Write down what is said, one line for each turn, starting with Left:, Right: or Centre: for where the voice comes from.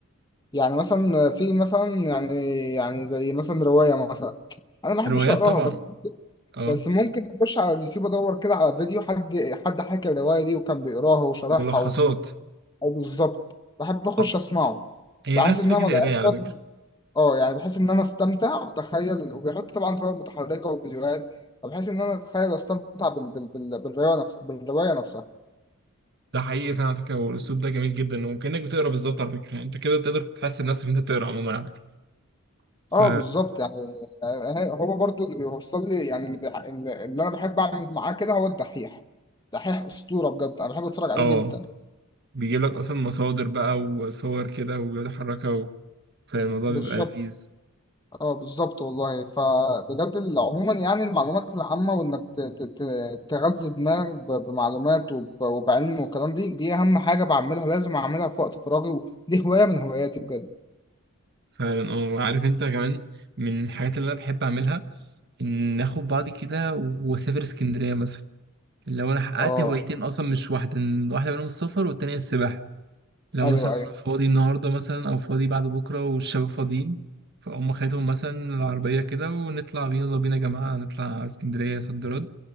Left: يعني مثلا في مثلا يعني يعني زي مثلا روايه مثلا انا ما بحبش
Right: روايات
Left: اقراها
Right: طبعا
Left: بس
Right: اه
Left: بس ممكن اخش على اليوتيوب ادور كده على فيديو حد حد حكى الروايه دي وكان بيقراها وشرحها
Right: ملخصات
Left: و- او بالظبط بحب اخش
Right: اه
Left: اسمعه
Right: هي
Left: بحس
Right: نفس
Left: ان انا
Right: فكره
Left: ما ضيعش
Right: القرايه على
Left: وقت
Right: فكره
Left: في- اه يعني بحس ان انا استمتع واتخيل وبيحط طبعا صور متحركه وفيديوهات فبحس ان انا اتخيل واستمتع بال... بال... بال... بالروايه نفس... بالروايه نفسها
Right: ده حقيقي فعلا على فكره والاسلوب ده جميل جدا وكانك بتقرا بالظبط على فكره يعني انت كده تقدر تحس بنفسك إن انت بتقرا عموما على فكره ف
Left: اه بالظبط يعني آه، آه، هو برضو اللي بيوصل لي يعني اللي, بيح... اللي اللي انا بحب اعمل معاه كده هو الدحيح دحيح اسطوره بجد انا بحب اتفرج عليه
Right: اه
Left: جدا
Right: بيجيب لك اصلا مصادر بقى وصور كده ويتحركها و... فالموضوع
Left: بالظبط
Right: بيبقى لذيذ
Left: اه بالظبط والله فبجد ال- عموما يعني المعلومات العامه وانك ت... ت... ت... تغذي دماغك ب... بمعلومات وب... وبعلم والكلام دي دي اهم حاجه بعملها لازم اعملها في وقت فراغي ودي هوايه من هواياتي بجد
Right: فعلا اه وعارف انت كمان من الحاجات اللي انا بحب اعملها ان اخد بعضي كده و- واسافر اسكندريه مثلا لو انا حققت
Left: اه
Right: هوايتين اصلا مش واحده إن واحده منهم السفر والتانيه السباحه لو
Left: ايوه
Right: مثلا
Left: ايوه
Right: انا فاضي النهارده مثلا او فاضي بعد بكره والشباب فاضيين فاقوم خدهم مثلا العربيه كده ونطلع بينا يلا بينا يا جماعه نطلع اسكندريه صد رد